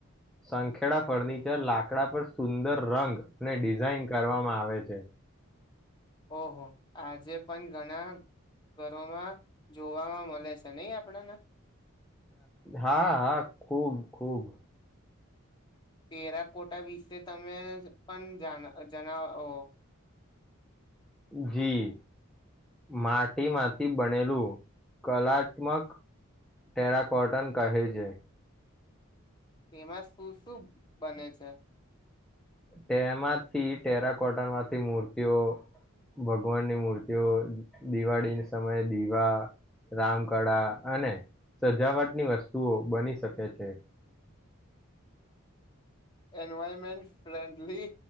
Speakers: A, in the centre; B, on the left.
A: સંખેડા ફર્નિચર લાકડા પર સુંદર રંગ અને ડિઝાઇન કરવામાં આવે છે.
B: ઓહો આજે પણ ઘણા ઘરોમાં જોવાવામાં મળે છે નહી આપણાને
A: હા હા ખુબ ખુબ.
B: તેરા કોટા વિશે તમે પણ જણાવો.
A: જી માટીમાંથી બનેલું કલાત્મક ટેરાકોટન કહે છે.
B: એમાં શું શું બને છે?
A: તેમાંથી ટેરાકોટનમાંથી મૂર્તિઓ ભગવાનની મૂર્તિઓ દિવાળીની સમયે દીવા રામકળા અને સજાવટની વસ્તુઓ બની શકે છે.
B: એન્વાયરમેન્ટ ફ્રેન્ડલી